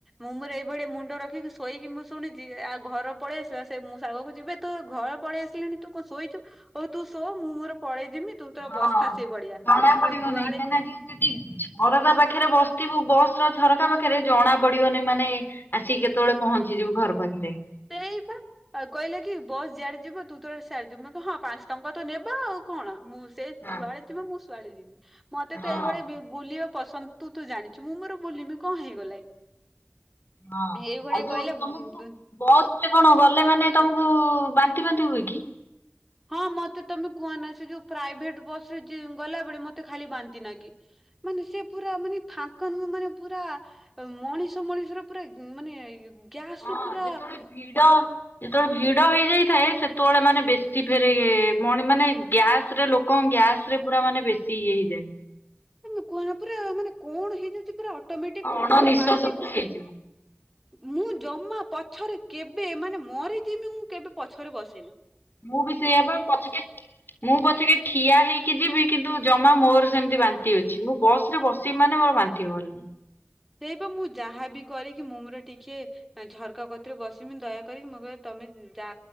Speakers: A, in the centre; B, on the left.
A: ମୁଁ ମଁର ଏଇଭଳିଆ ମୁଣ୍ଡ ରଖିକି ଶୋଇକି ମୁଁ ଶୁଣିଛି ଆଉ ଘର ପଳେଇ ଆସିଲା ମୁଁ ସେ ମୋ ସାଙ୍ଗକୁ କଚି ଇବେ ତୁ ଘର ପଳେଇ ଆସିଲିଣି ତୁ ଶୋଇଛୁ ହୋଉ ତୁ ଶୋ ମୁଁ ମୋର ପଳେଇ ଯିମି ତୁ ତୋର
B: ହଁ
A: ବସିଥା
B: ଜଣା
A: ସେଇ ଭଳିଆ। ତୁ
B: ପଡିବନିଁ
A: ଯୁଆଡେ
B: କାହିଁକିନା ଯୋଉ ଯଦି ଝରକା ପାଖରେ ବସ ଇବୁ ବସର ଝରକା ପାଖରେ ଜଣା ପଡିବନି ମାନେ ଆସିକି କେତେବେଳେ ପହଞ୍ଚି ଯିବୁ ଘର ପାଖରେ।
A: ସେଇବା ଆଉ କହିଲେ କି ବସ୍ ଯେଆଡେ ଯିବ ତୁ ତର ସେୟାଡେ ଯିବୁ ହଁ ପାଞ୍ଚ ଟଙ୍କା ତ ନେବା ଆଉ କଣ ମୁଁ ସେ
B: ହଁ
A: ଯୁଆଡେ ଯିବ ମୁଁ ଶୁଆଡେ ଯିବି ମତେ
B: ହଁ
A: ତ ଏଇଭଳି ବି ବୁଲିବା ପସନ୍ଦ ତୁ ତୁ ଜାଣିଛୁ ମୁଁ ମୋର ବୁଲିମି କଣ ହେଇଗଲା
B: ହଁ
A: ଏଇଭଳିଆ
B: ଆଉ ଯୋଉ
A: କହିଲେ
B: ତମକୁ
A: ଦୁ
B: ବ ତେ କଣ ଗଲେ ମାନେ ତମକୁ ବାନ୍ତି ବାନ୍ତି ହୁଏ କି?
A: ହଁ ମତେ ତମେ କୁହ ନା ସେ ଯୋଉ ପ୍ରାଇଭେଟ ବସରେ ଗଲାବେଳେ ମତେ ଖାଲି ବାନ୍ତି ନାଗେ? ମାନେ ସେ ପୁରା ମାନେ ଫାଙ୍କ ନୁହେଁ ମାନେ ପୁରା ମଣିଷ ମଣିଷର ପୁରା ମାନେ ଗ୍ୟାସ
B: ହଁ
A: ରୁ ପୁରା
B: ଯେତେବେଳେ ଭିଡ଼ ଯେତେବେଳେ ଭିଡ଼ ହେଇଯାଇଥାଏ ସେତେବେଳେ ମାନେ ବେଶୀ ଫେରେ ମଣି ମାନେ ଗ୍ୟାସ ରେ ଲୋକ ଗ୍ୟାସ୍ ସେ ପୁରା ମାନେ ବେଶୀ ଇଏ ହେଇଯାଏ।
A: ତମେ କୁହନା ପୁରା ମାନେ କଣ ହେଇଯାଉଛି ପୁରା ଅଟମେଟିକ
B: ଅଣ
A: ପୁରା
B: ନିଶ୍ୱାସ
A: ବାନ୍ତି <unintelligible>
B: ପୁରା ହେଇଯିବ।
A: ମୁଁ ଜମା ପଛରେ କେବେ ମାନେ ମରିଯିମି ମୁଁ କେବେ ପଛରେ ବସେ ନା।
B: ମୁଁ ବି ସେଇଆ ପାଇଁ ପଛକେ ମୁଁ ପଛକେ ଠିଆ ହେଇକି ଯିବି କିନ୍ତୁ ଜମା ମୋର ସେମିତି ବାନ୍ତି ଅଛି ମୁଁ ବସ ରେ ବସିିବି ମାନେ ମୋର ବାନ୍ତି ହବଣି
A: ସେଇ ପା ମୁଁ ଯାହାବି କରିକି ମୁଁ ମୋର ଟିକେ ଝରକା କତିରେ ବସମି ଦୟା କରିକି ମୁଁ କହିଲ ତମେ ଯା